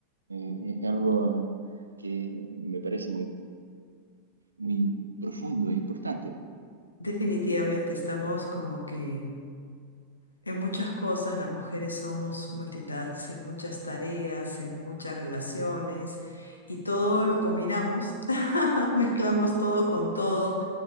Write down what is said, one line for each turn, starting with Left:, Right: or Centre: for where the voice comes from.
Right: Eh, es algo ah, que me parece muy, muy profundo e importante.
Left: Definitivamente estamos como que en muchas cosas las mujeres somos multitask, en muchas tareas, en muchas relaciones y todo lo combinamos, <laughs> mezclamos todo con todo